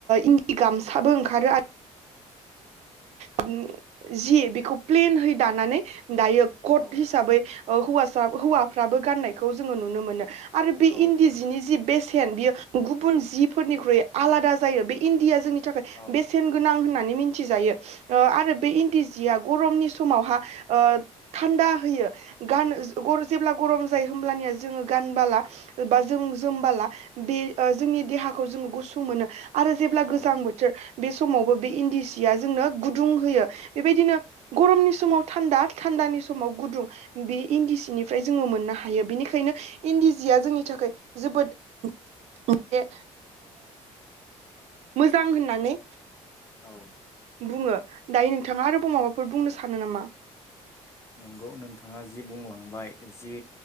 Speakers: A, on the right; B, on the left.
A: इन्दि गामसा साबो ओंखारो आरो ओम जि बेखौ प्लेनहै दानानै दायो कट
B: औ
A: हिसाबै हौवासा हौवाफ्राबो गाननायखौ जोङो नुनो मोनो आरो बे
B: औ
A: इन्दि जिनि जि बेसेन बियो गुबुन जिफोरनिख्रुइ आलादा जायो बे इनदिया जोंनि थाखाय
B: औ
A: बेसेन गोनां होननानै नानै मिथिजायो आ आरो आरो बे इन्दि जिया गरमनि सम समावहा ओ थान्दा होयो गानो गर' जेब्ला गरम ज होमबनिया जोङो गानबोला बा जों जोमबोला बे जोंनि देहाखौ जों गुसु मोनो आरो जेब्ला गोजां
B: औ
A: बोथोर बे समावबो बे इन्दि सिया जोंनो गुदुं होयो बेबायदिनो गरमनि समाव थान्दा थान्दानि समाव गुदुं बे इन्दि सिनिफ्राय जोङो मोननो हायो हायो बिनिखायनो इन्दि जिया जोंनि थाखाय जोबोद मोनसे मोजां होननानै
B: औ
A: बुङो दायो नोंथाङा आरो माबाफोर बुंनो
B: औ
A: सानो नामा?
B: नंगौ नोंथाङा जि बुंलांबाय जि